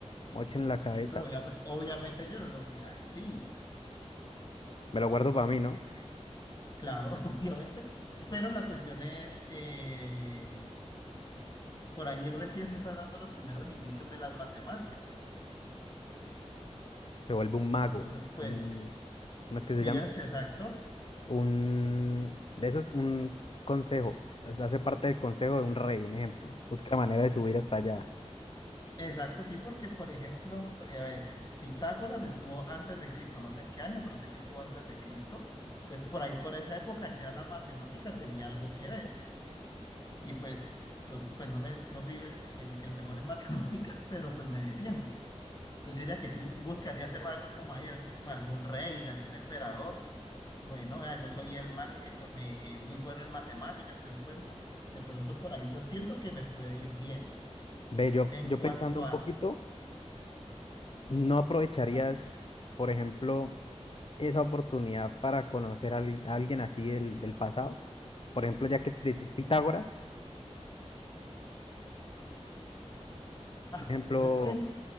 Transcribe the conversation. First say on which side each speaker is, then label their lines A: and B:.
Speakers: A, on the left (about 50°); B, on the left (about 35°).
A: mochen la cabeza.
B: Sí, pero obviame- obviamente yo no lo voy a decir.
A: Me lo guardo para mí, ¿no?
B: Claro, <laughs> obviamente. Pero la cuestión es, eh, por ahí recién se están dando los primeros indicios de las matemáticas.
A: se vuelve un mago,
B: Entonces, pues,
A: un, ¿cómo es
B: sí,
A: que se llama?
B: es que exacto.
A: Un, de esos, un consejo, hace hace parte del consejo de un rey, un ejemplo. Busca la manera de subir hasta allá.
B: Exacto, sí, porque, por ejemplo, pre- a ver, Pitágoras estuvo antes de Cristo, no sé en qué año, pero sé que estuvo antes de Cristo. Entonces, por ahí, por esa época, ya la matemática tenía algo que ver. Y pues, yo pues no, me, no fui el, el el mejor en <laughs> matemáticas, pero pues me defiendo. Entonces yo diría que sí buscaría hacer algo como ahí, algo como algún rey, de algún emperador, como de, no, vea, yo soy el mago que to- me, eh, muy bueno en matemáticas, todo el cuento. De pronto por ahí yo siento que me puede ir bien.
A: Ve, yo,
B: En
A: yo
B: cuanto
A: pensando un
B: a,
A: poquito, ¿no aprovecharías,
B: cuéntame,
A: por ejemplo, esa oportunidad para conocer al- a alguien así del, del pasado? Por ejemplo, ya que decís Pitágoras,
B: ah,
A: por ejemplo,
B: pues es que